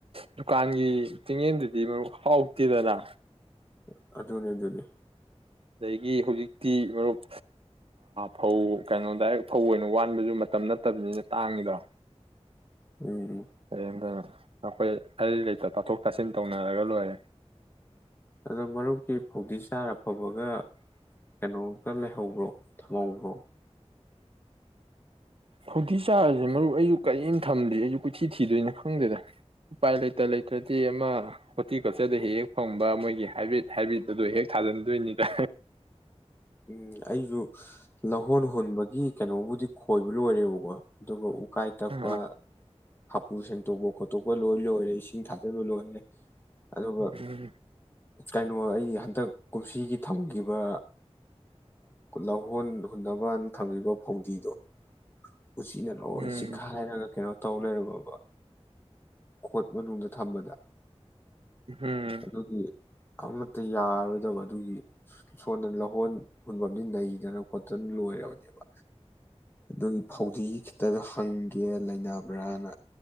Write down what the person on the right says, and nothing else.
ꯗꯨꯀꯥꯟꯒꯤ ꯆꯤꯡꯌꯦꯟꯗꯨꯗꯤ ꯃꯔꯨꯞ ꯍꯥꯎꯇꯦꯗꯅ
ꯑꯗꯒꯤ ꯍꯧꯖꯤꯛꯇꯤ ꯃꯔꯨꯞ ꯐꯧ ꯀꯩꯅꯣ ꯗꯥꯏꯔꯦꯛ ꯐꯧ ꯑꯣꯏꯅ ꯋꯥꯟꯕꯁꯨ ꯃꯇꯝ ꯅꯠꯇꯕꯅꯤꯅ ꯇꯥꯡꯉꯤꯗ
ꯀꯝꯗꯅ ꯑꯩꯈꯣꯏ ꯑꯔꯤ ꯂꯩꯇ ꯇꯥꯊꯣꯛ ꯇꯥꯁꯤꯟ ꯇꯧꯅꯔꯒ ꯂꯣꯏꯔꯦ
ꯍꯧꯥꯎꯗꯤꯤ ꯆꯥꯔꯤꯁꯦ ꯃꯔꯨ ꯑꯩꯁꯨ ꯀꯔꯤꯝ ꯊꯝꯗ ꯑꯩꯁꯨ ꯀꯨꯊꯤ ꯊꯤꯗꯣꯏꯅꯣ ꯈꯪꯗꯦꯗ ꯎꯄꯥꯏ ꯂꯩꯇ ꯂꯩꯇ꯭ꯔꯗꯤ ꯑꯃ ꯍꯣꯔꯇꯤꯀꯜꯆꯔꯗ ꯍꯦꯛ ꯍꯦꯛ ꯐꯪꯕ ꯃꯣꯏꯒꯤ ꯍꯥꯏꯕꯤꯠ ꯍꯥꯏꯕꯤꯠ ꯑꯗꯨꯣ ꯍꯦꯛ ꯊꯥꯖꯤꯟꯗꯣꯏꯅꯤꯗ
ꯑ
ꯎꯝ
ꯎꯝ ꯎꯝ
ꯎꯝ